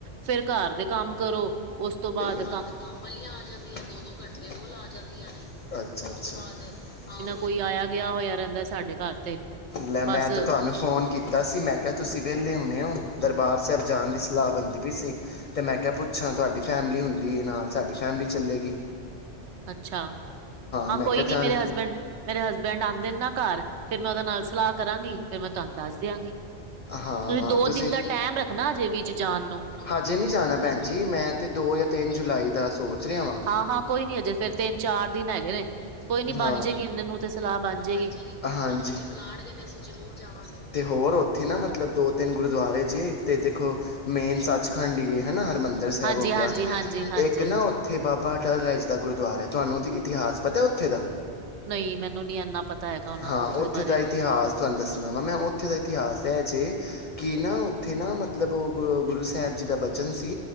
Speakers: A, on the right; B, on the left.
A: ਫੇਰ ਘਰ ਦੇ ਕੰਮ ਕਰੋ ਉਸ ਤੋਂ ਬਾਅਦ
B: ਬਾਅਦ ਕੰਮ ਵਾਲੀਆਂ ਆ ਜਾਂਦੀਆਂ ਦੋ-ਦੋ ਘੰਟੇ ਉਹ ਲਾ ਜਾਂਦੀਆਂ ਨੇਂ। ਅੱਛਾ ਅੱਛਾ ਉਸ ਤੋਂ ਬਾਅਦ ਹਾਂ
A: ਕੋਈ ਆਇਆ ਗਿਆ ਹੋਇਆ ਰਹਿੰਦਾ ਸਾਡੇ ਘਰ ਤੇ
B: ਲੈ
A: ਬਸ
B: ਤੇ ਤੁਹਾਨੂੰ ਫੋਨ ਕੀਤਾ ਸੀ ਮੈਂ ਕਿਹਾ ਵੇਹਲੇ ਹੁਣੇ ਔ ਦਰਬਾਰ ਸਾਹਿਬ ਜਾਣ ਦੀ ਸਲਾਹ ਬਣਦੀ ਪਈ ਸੀ ਤੇ ਮੈਂ ਕਿਹਾ ਪੁੱਛਾਂ ਤੁਹਾਡੀ ਫੈਮਿਲੀ ਹੁੰਦੀ ਦੀ ਨਾਲ ਸਾਡੀ ਫੈਮਿਲੀ ਚੱਲੇਗੀ।
A: ਅੱਛਾ ਹਾਂ,
B: ਮੈਂ
A: ਕੋਈ
B: ਕਿਹਾ
A: ਨੀਂ
B: ਚੱਲ
A: ਮੇਰੇ ਹਸਬੈਂਡ ਮੇਰੇ ਹਸਬੈਂਡ ਆਂਦੇ ਨੇ ਨਾਂ ਘਰ ਫਿਰ ਮੈਂ ਨਾਲ ਸਲਾਹ ਕਰਾਂਗੀ ਤੇ ਮੈਂ ਤੁਹਾਨੂੰ ਦੱਸ ਦਿਆਂਗੀ।
B: ਹਾਂ
A: ਦੋ
B: ਤੁਸੀਂ
A: ਦਿਨ ਦਾ ਟਾਈਮ ਰੱਖਣਾ ਅਜੇ ਵਿੱਚ ਜਾਣ ਨੂੰ।
B: ਹਜੇ ਨੀਂ ਜਾਣਾ ਭੈਣ ਜੀ ਮੈਂ ਤੇ ਦੋ ਤਿੰਨ ਜੁਲਾਈ ਦਾ ਸੋਚ ਰਿਹਾ ਵਾਂ
A: ਹਾਂ ਹਾਂ, ਕੋਈ ਨੀਂ ਹਜੇ ਫੇਰ ਤਿੰਨ-ਚਾਰ ਦਿਨ ਹੈਗੇ ਨੇਂ ਕੋਈ
B: ਤੁਹਾਡੀ
A: ਨੀਂ ਬਣ
B: ਹਾਂ
A: ਜਏਗੀ ਇਹਨਾਂ ਨੂੰ ਤੇ ਸਲਾਹ ਬਣ ਜਏਗੀ।
B: ਹਾਂਜੀ ਬਾਬਾ ਜੀ ਬੁਲਾਣਗੇ ਤਾਂ ਅਸੀਂ ਜਰੂਰ ਜਾਵਾਂਗੇ। ਤੇ ਹੋਰ ਉੱਥੇ ਮਤਲਬ ਦੋ-ਤਿੰਨ ਗੁਰਦੁਆਰੇ ਜੇ ਇੱਕ ਤੇ ਦੇਖੋ ਮੇਨ ਸੱਚਖੰਡ ਹੀ ਏ ਹਨਾਂ। ਹਰਿਮੰਦਰ ਸਾਹਿਬ
A: ਹਾਂਜੀ-ਹਾਂਜੀ-ਹਾਂਜੀ-ਹਾਂਜੀ
B: ਹੋ ਗਿਆ ਇੱਕ ਨਾ ਉੱਥੇ ਬਾਬਾ ਟ ਰਾਜ ਦਾ ਗੁਰਦੁਆਰਾ ਐ ਤੁਹਾਨੂੰ ਉਹ ਇਤਿਹਾਸ ਪਤਾ ਹੈ ਉੱਥੇ ਦਾ
A: ਨਹੀਂ ਮੈਨੂੰ ਨੀ ਇੰਨਾ ਪਤਾ ਹੈਗਾ ਉਹਨਾਂ
B: ਹਾਂ ਉੱਥੇ
A: ਦੇ ਬਾਰੇ
B: ਦਾ ਇਤਿਹਾਸ ਤੁਹਾਨੂੰ ਦੱਸਣਾ ਵਾ ਮੈਂ ਉੱਥੇ ਦਾ ਇਤਿਹਾਸ ਦੱਸਿਆ ਜੇ ਕਿ ਨਾ ਉੱਥੇ ਨਾਂ ਮਤਲਬ ਉਹ ਗ ਗੁਰੂ ਸਾਹਿਬ ਜੀ ਦਾ ਬਚਨ ਸੀ